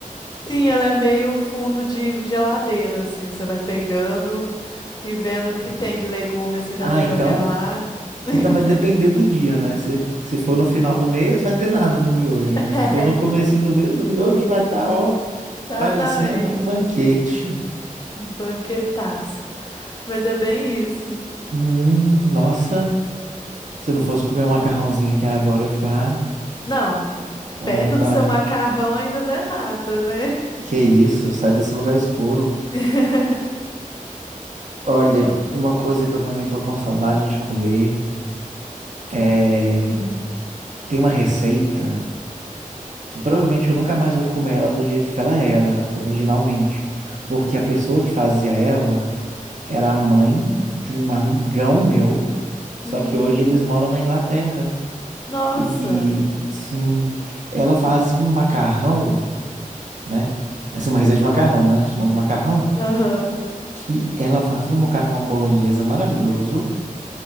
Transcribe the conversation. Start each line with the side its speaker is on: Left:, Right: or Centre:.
Left: sim, ela é meio fundo de geladeira, assim, você vai pegando e vendo o que tem de legume, assim, dá
Right: Ah,
Left: pra
Right: então
Left: jogar lá. <laughs>
Right: Então vai depender do dia, né? Se, se for no final do mês, vai ter nada no miojo,
Left: <laughs>
Right: né? Se for no comecinho do mês, o miojo vai estar, ó,
Left: Exatamente,
Right: parecendo um banquete.
Left: um banquetaço. Mas é bem isso.
Right: Hum, nossa, se eu não fosse comer um macarrãozinho aqui agora, eu ia ficar
Left: Não,
Right: com
Left: perto
Right: vontade.
Left: do seu macarrão ainda não é nada, né?
Right: Que isso, sai desse lugar escuro.
Left: <laughs>
Right: Olha, uma coisa que eu também tô com saudade de comer é... Tem uma receita que provavelmente eu nunca mais vou comer ela do jeito que ela era originalmente. Porque a pessoa que fazia ela era a mãe de um amigão meu, só
Left: Hum,
Right: que hoje eles moram na Inglaterra.
Left: nossa,
Right: E sim, ela fazia um macarrão, né? Assim, uma receita de macarrão, né? A gente falando de macarrão,
Left: aham,
Right: que ela fazia um macarrão à bolonhesa maravilhoso.